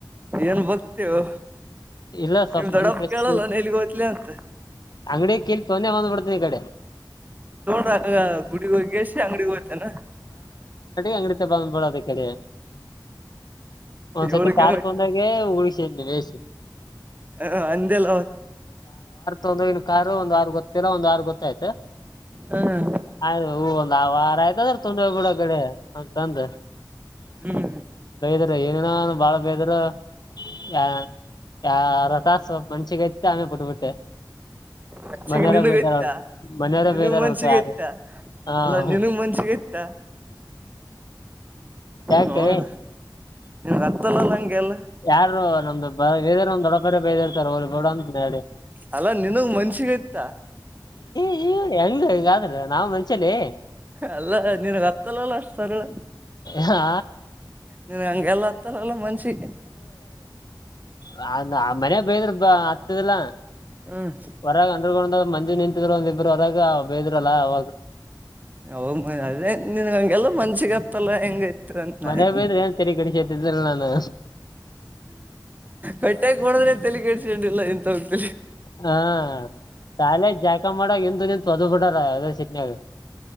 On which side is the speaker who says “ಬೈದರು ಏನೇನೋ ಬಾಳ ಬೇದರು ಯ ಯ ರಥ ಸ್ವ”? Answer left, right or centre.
Left